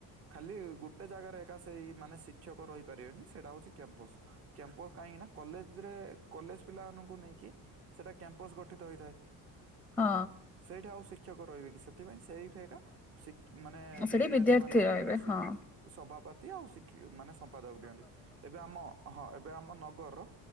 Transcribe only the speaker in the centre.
ହଁ।
ସେଠି
ରହିବେ
ହଁ।